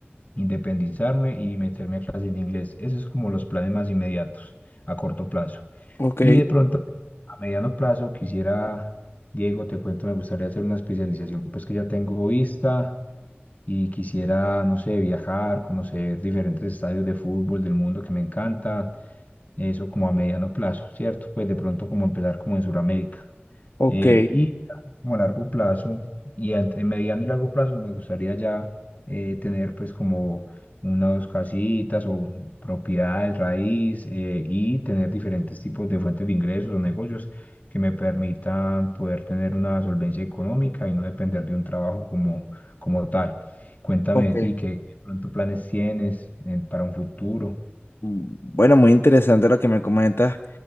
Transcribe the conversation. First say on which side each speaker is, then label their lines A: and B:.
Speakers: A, on the left; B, on the left.
A: independizarme y meterme a clases de inglés. Esos es como los planes más inmediatos, a corto plazo.
B: ok,
A: Y de pronto a mediano plazo quisiera, Diego, te cuento, me gustaría hacer una especialización, pues que ya tengo vista y quisiera, no sé, viajar, conocer diferentes estadios de fútbol del mundo que me encanta, eso como a mediano plazo, ¿cierto? Pues de pronto como empezar como en Sudamérica.
B: ok,
A: Eh, y como a largo plazo, y en, en mediano y largo plazo, me gustaría ya eh, tener pues como una o dos casitas o propiedades raíz eh, y tener diferentes tipos de fuentes de ingresos o negocios que me permitan poder tener una solvencia económica y no depender de un trabajo como, como tal. Cuéntame
B: ok.
A: de ti, ¿qué qué pronto planes tienes eh, para un futuro?
B: Mm, Bueno, muy interesante lo que me comentas.